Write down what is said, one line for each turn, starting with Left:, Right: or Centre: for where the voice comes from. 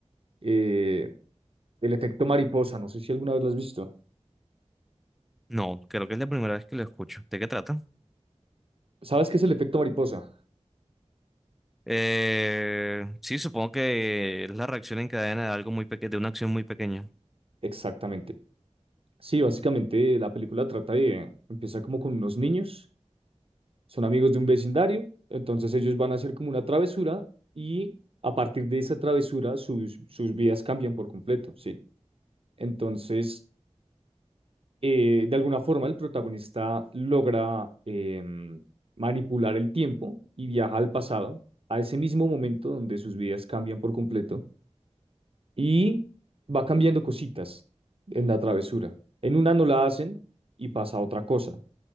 Right: eh, El efecto mariposa, no sé si alguna vez la has visto.
Centre: No, creo que es la primera vez que lo escucho. ¿De qué trata?
Right: ¿Sabes qué es el efecto mariposa?
Centre: Eh, sí, supongo que es la reacción en cadena de algo muy pequeño, de una acción muy pequeña.
Right: Exactamente. Sí, básicamente la película trata de, empieza como con unos niños. son amigos de un vecindario, entonces ellos van a hacer como una travesura y a partir de esa travesura sus, sus vidas cambian por completo, ¿sí? Entonces, eh, de alguna forma el protagonista logra em, manipular el tiempo y viaja al pasado, a ese mismo momento donde sus vidas cambian por completo y va cambiando cositas en la travesura. En una no la hacen y pasa otra cosa.